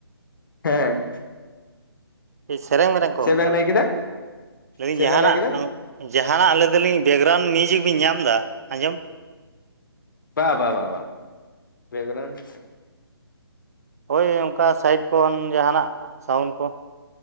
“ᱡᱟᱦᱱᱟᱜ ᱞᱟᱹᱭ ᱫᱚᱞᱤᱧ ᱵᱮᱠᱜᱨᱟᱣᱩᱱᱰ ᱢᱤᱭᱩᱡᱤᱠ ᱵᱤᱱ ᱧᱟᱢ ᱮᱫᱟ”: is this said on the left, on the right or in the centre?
Right